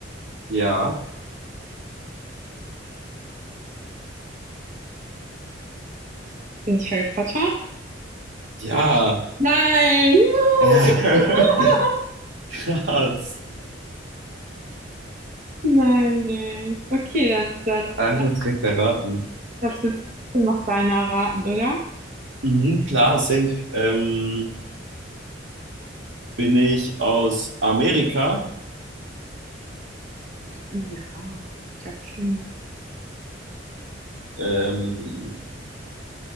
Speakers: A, on the right (about 70°); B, on the right (about 40°).
A: Ja.
B: Bin ich Harry Potter?
A: Ja.
B: Nein. <laughs>
A: Äh, <laughs> Krass.
B: Nein, ey. Okay, dann dann
A: Einfach direkt erraten.
B: darfst du jetzt trotzdem noch deinen erraten, oder?
A: Mhm, klar, safe. Ähm, bin ich aus Amerika?
B: Ja, ich glaube schon, ja.
A: Ähm,